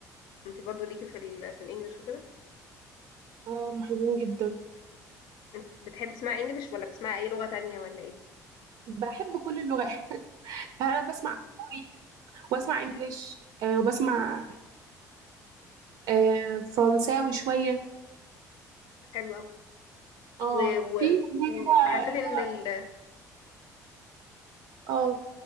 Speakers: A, on the left; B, on the right.
A: انتي برضو ليكي في ال في الانجليش وكده
B: اه هم حلوين جدا
A: انت بتحبي تسمعي انجليش ولا بتسمعي اي لغة تانية ولا ايه
B: بحب كل اللغات <laughs> يعني انا بسمع كوري واسمع انجليش آه، وبسمع آه فرنساوي شوية
A: حلو قوي
B: اه
A: و... و...
B: في أغنية كده
A: وحسيت
B: لا
A: ان ال...
B: اه